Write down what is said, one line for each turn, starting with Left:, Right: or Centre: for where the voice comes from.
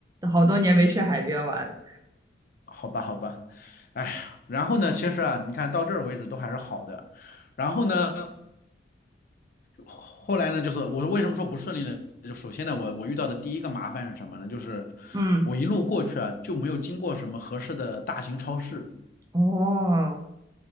Right: 好多年没去海边玩了。
Left: 好吧，好吧。哎呀然后呢，其实啊，你看到这儿为止都还是好的。然后呢，后来呢，就是我为什么说不顺利呢？就首先呢，我我遇到的第一个麻烦是什么呢？就是
Right: 嗯，
Left: 我一路过去啊，就没有经过什么合适的大型超市。
Right: 哦，